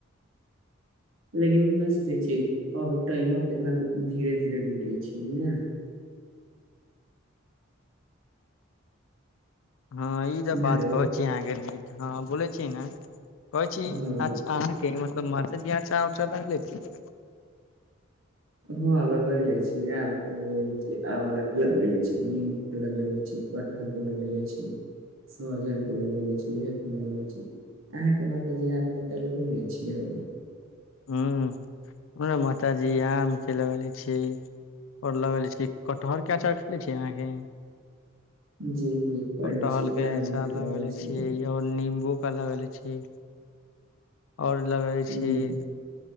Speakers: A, on the right; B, on the left.
A: लेकिन ई नहि सोचै छियै। अभी टाइमो कितना धीरे धीरे बीतै छै ने।
B: हँ ई त बात
A: हेलो
B: कहै छी अहाँके नीक। हँ बोलै छी ने। कहै छी
A: हँ
B: अच्छा अहाँके। मतलब मास्टरजी अच्छा उच्छा पढ़ लै छीयै‌
A: हं लगैले छी, आम के लगैले छी, आंवला के लगैले छी, नींबू के लगैले छी, कटह हल के लगैले छी सोहजन के लगैले छी इहे के लगैले छी। अहाँके माता जी आब तऽ चलबय ने छियै।
B: हँ हमरा माताजी आम खिलौने छैय। आओर लऽ गेल छियै कटहर के अचार खेने छी अहाँके।
A: जी जी कहैले
B: कटहल
A: छी बड़ा
B: के
A: नीक
B: अचार
A: लगै
B: लगेले
A: छै
B: छियै आओर नीम्बू क लगेले छियै आओर लगले
A: हूँ
B: छियै